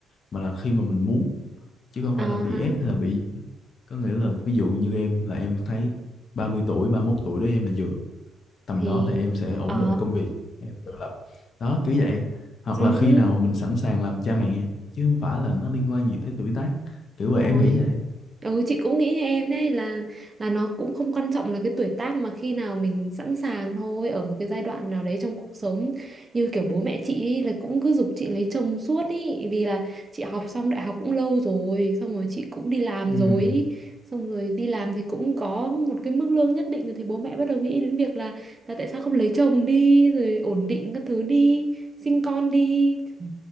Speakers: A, on the left; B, on the right.
A: mà là khi mà mình muốn chứ không
B: ờ
A: phải là bị
B: hả
A: ép hay là bị gì hết có nghĩa là ví dụ như em là em thấy 30 tuổi 31 tuổi đó em là vừa tầm
B: thì
A: đó thì em sẽ ổn
B: ờ
A: định công việc em tự lập đó kiểu vậy hoặc
B: ừ
A: là khi
B: hứ,
A: nào mà mình sẵn sàng làm cha mẹ chứ không phải là nó liên quan gì tới tuổi tác kiểu
B: đúng
A: vậy
B: rồi
A: em nghĩ vậy
B: Ừ chị cũng nghĩ như em đấy là là nó cũng không quan trọng là cái tuổi tác mà khi nào mình sẵn sàng thôi ở một cái giai đoạn nào đấy trong cuộc sống như kiểu bố mẹ chị ý, là cũng cứ giục chị lấy chồng suốt ý vì là chị học xong đại học cũng lâu rồi xong rồi chị cũng đi làm
A: ừ.
B: rồi ý. xong rồi đi làm thì cũng có một cái mức lương nhất định rồi thì bố mẹ bắt đầu nghĩ đến việc là là tại sao không lấy chồng đi rồi ổn định các thứ đi sinh con đi Ừ,